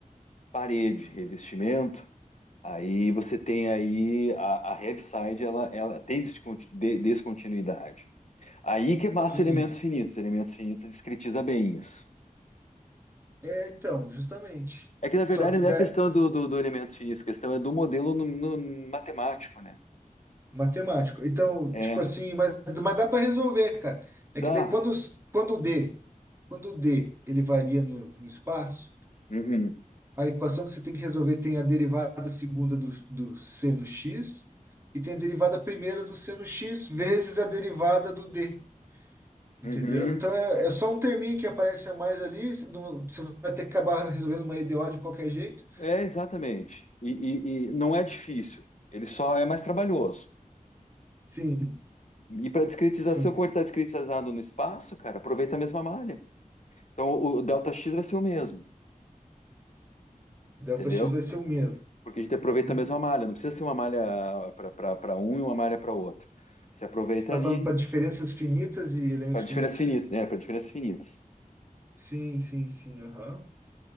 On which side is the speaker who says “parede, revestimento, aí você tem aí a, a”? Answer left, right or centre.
Left